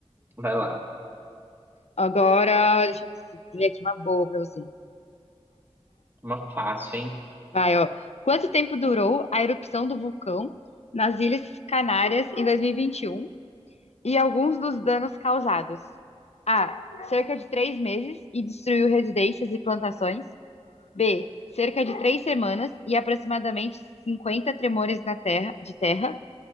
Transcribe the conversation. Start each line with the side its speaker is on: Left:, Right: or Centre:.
Right: Vai lá.
Left: agora, deixa eu ver se- ver aqui uma boa pra você.
Right: Uma fácil, hein?
Left: Vai, ó. Quanto tempo durou a erupção do vulcão nas Ilhas Canárias em 2021 e vinte e um e alguns dos danos causados? A. Cerca de três meses e destruiu residências e plantações. B. Cerca de três semanas e aproximadamente 50 tremores na terra, de terra.